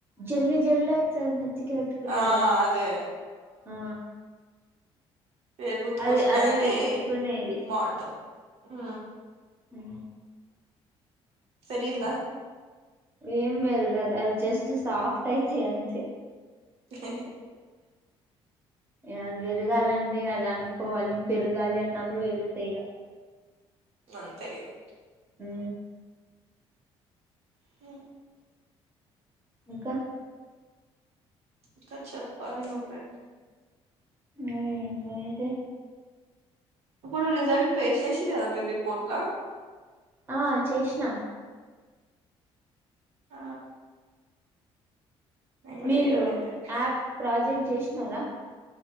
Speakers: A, on the right (about 20°); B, on the right (about 75°).
A: జల్లి, జల్లి ఆయితంది నెత్తికే పెట్టుకుంటారు.
B: ఆ అదే
A: ఆ
B: పేరు గుర్తుకొసలే
A: అది అది
B: గాని
A: పెట్టుకునేది
B: బాగుంటది. ఉ
A: ఆ
B: పేరిగిందా
A: ఏం పెరగదు అది జస్ట్ సాఫ్ట్ అయితే అంతే.
B: లే
A: ఇయ పెరగాలంటే అది అనుకోవాలి, పెరగాలి అన్నప్పుడు పెరుగుతాయి ఇగ.
B: అంతేఇగా
A: ఉ
B: ఆ
A: ఇంకా
B: ఇంకా చెప్పాలి నువ్వే
A: నిన్న <unintelligible> దే
B: ఇప్పుడు రిజల్ట్ పే చేసింది కదా మీ రిపోర్ట్లా.
A: ఆ చేసినాం
B: ఆ నేను కూడా
A: మీరు
B: చెయ్యాలి అయితే
A: యాప్ ప్రాజెక్ట్ చేసినారా?